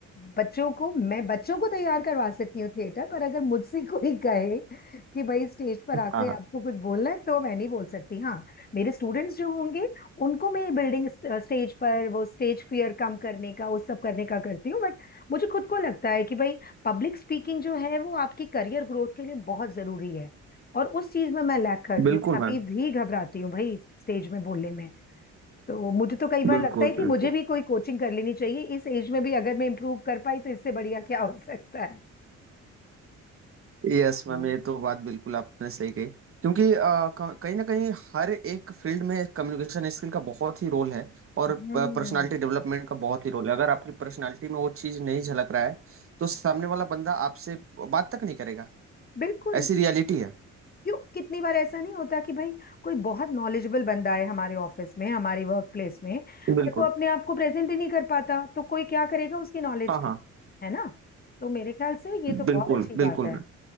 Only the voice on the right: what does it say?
हाँ हाँ
बिल्कुल
मैम
बिल्कुल
बिल्कुल
यस मैम
ये तो बात बिल्कुल आपने सही कही क्योंकि अ, क- कहीं ना कहीं हर एक फील्ड में कम्युनिकेशन स्किल का बहुत ही रोल है और
पर्सनालिटी डेवलपमेंट का बहुत ही रोल है अगर आपकी पर्सनालिटी में वो चीज़ नहीं झलक रहा है तो सामने वाला बंदा आपसे बात तक नहीं करेगा
ऐसी रियलिटी है
बिल्कुल
हाँ हाँ
बिल्कुल
बिल्कुल
मैम